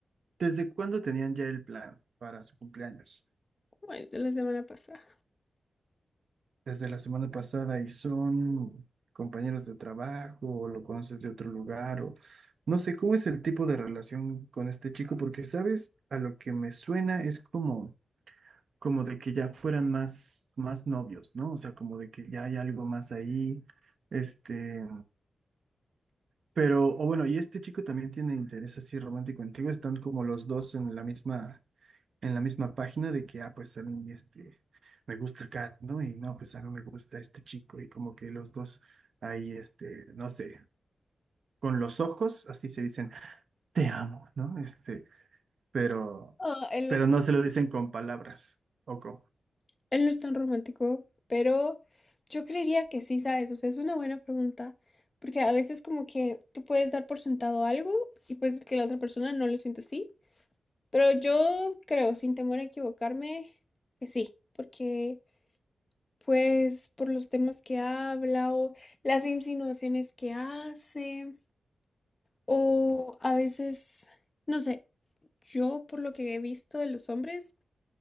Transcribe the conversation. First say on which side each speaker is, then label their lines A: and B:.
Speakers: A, on the right; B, on the left.
A: ¿desde cuándo tenían ya el plan para su cumpleaños?
B: ¿cómo es de la semana pasada?
A: desde la semana pasada y son compañeros de trabajo o lo conoces de otro lugar o no sé cómo es el tipo de relación con este chico porque sabes, a lo que me suena es como como de que ya fueran más más novios, ¿no? O sea, como de que ya hay algo más ahí, este, pero o bueno, y este chico también tiene interés así romántico contigo, están como los dos en la misma en la misma página de que, ah, pues a mí este, me gusta Kat, ¿no? Y no, pues a mí me gusta este chico y como que los dos ahí, este, no sé, con los ojos, así se dicen, te amo, ¿no? Este, pero,
B: Ah, en
A: pero
B: la
A: no se lo dicen con palabras, o con,
B: Él no es tan romántico, pero yo creería que sí, ¿sabes? O sea, es una buena pregunta, porque a veces como que tú puedes dar por sentado algo y puede ser que la otra persona no lo sienta así, pero yo creo, sin temor a equivocarme, que sí, porque pues por los temas que habla o las insinuaciones que hace, o a veces, no sé, yo por lo que he visto de los hombres,